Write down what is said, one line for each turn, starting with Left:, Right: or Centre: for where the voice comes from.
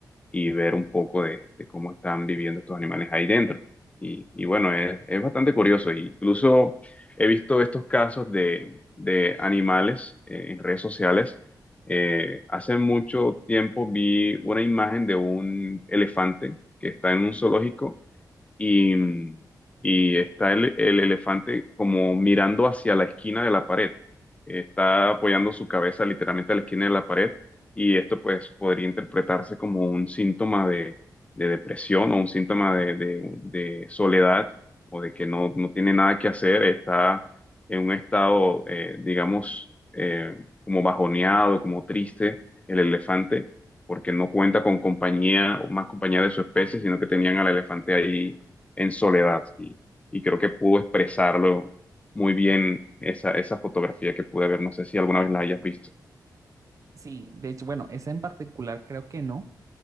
Left: y ver un poco de, de cómo están viviendo estos animales ahí dentro. Y, y bueno, es, es bastante curioso. Incluso he visto estos casos de, de animales eh, en redes sociales. Eh, hace mucho tiempo vi una imagen de un elefante que está en un zoológico y, y está el, el elefante como mirando hacia la esquina de la pared. Está apoyando su cabeza literalmente a la esquina de la pared y esto pues podría interpretarse como un síntoma de, de depresión o un síntoma de, de- de soledad o de que no, no tiene nada que hacer, está en un estado, eh, digamos, eh, como bajoneado, como triste el elefante porque no cuenta con compañía o más compañía de su especie, sino que tenían al elefante ahí en soledad y, y creo que pudo expresarlo muy bien esa, esa fotografía que pude ver. No sé si alguna vez la hayas visto.
Right: Sí, de hecho, bueno, esa en particular creo que no,